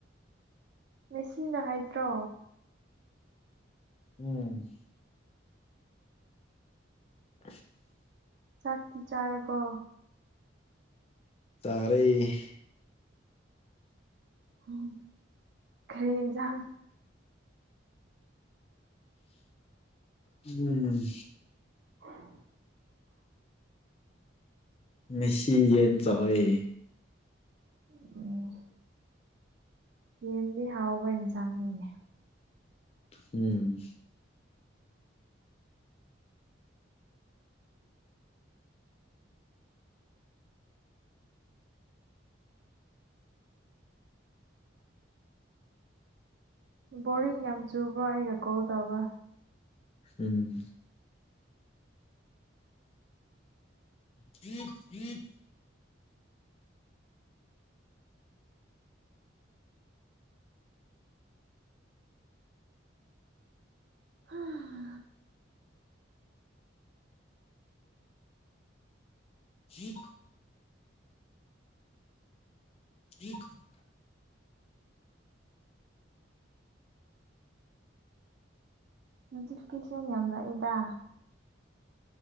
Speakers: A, on the right; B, on the left.
A: ꯃꯦꯁꯤꯅ ꯍꯩꯗ꯭ꯔꯣ
B: ꯎꯝ <inaudible>
A: ꯆꯥꯛꯇꯤ ꯆꯥꯔꯕꯣ
B: ꯆꯥꯔꯦ
A: ꯎꯝ ꯀꯔꯤ ꯏꯟꯖꯥꯡ
B: ꯎꯝ
A: ꯑ <inaudible>
B: ꯉꯁꯤ ꯌꯦꯟ ꯆꯥꯏꯌꯦ
A: ꯑꯣ ꯌꯦꯟꯗꯤ ꯍꯥꯎꯕ ꯏꯟꯁꯥꯡꯅꯤꯅꯦ
B: ꯎꯝ
A: ꯕꯣꯔꯤꯡ ꯌꯥꯝ ꯆꯨꯕ꯭ꯔꯣ ꯑꯩꯅ ꯀꯣꯜ ꯇꯧꯕ
B: ꯎꯝ <inaudible>
A: ꯍꯥ
B: <inaudible> <inaudible>
A: ꯅꯣꯇꯤꯐꯤꯀꯦꯁꯟ ꯌꯥꯝ ꯂꯥꯛꯑꯦꯗ